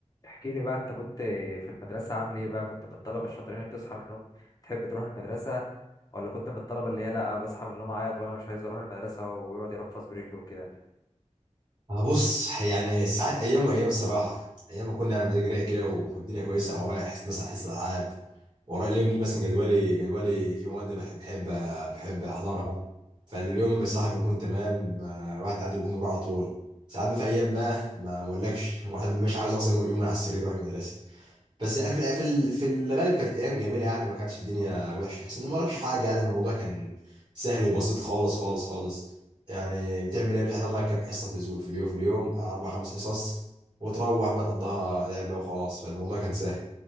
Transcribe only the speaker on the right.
أنا بص يعني ساعات ايام وايام الصراحه ايام ما كنا على مزاج رايق كده والدنيا كويسه او رايح حص- مثلا حصه العاب ورايا اليوم ده مثلا جدولي جدولي فيه مواد بحب بحب بحب احضرها فاليوم بصراحه بيكون تمام آه، الواحد قاعد بيقوم يروح على طول ساعات بقى في ايام بقى ما ما اقولكش الواحد ما بيبقاش عاوز اصلا يوم على السرير يروح المدرسه بس يعني في الع- في ال- في الغالب كانت ايام جميله يعني ما كانتش الدنيا وحشه احسن ان ما وراكش حاجه يعني الموضوع كان سهل وبسيط خالص خالص خالص يعني بتعمل ايه بتحضر لك كام حصه في الاسبوع في اليوم في اليوم اربع خمس حصص وتروح بقى تقضيها لعبه وخلاص فالموضوع كان سهل